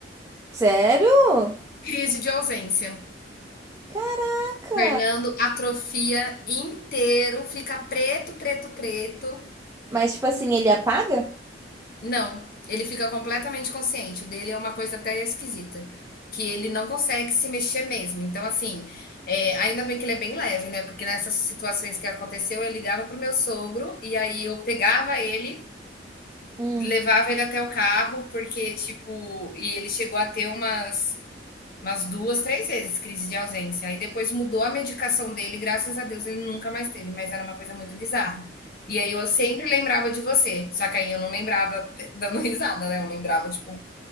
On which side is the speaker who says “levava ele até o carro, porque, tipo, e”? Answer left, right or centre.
Left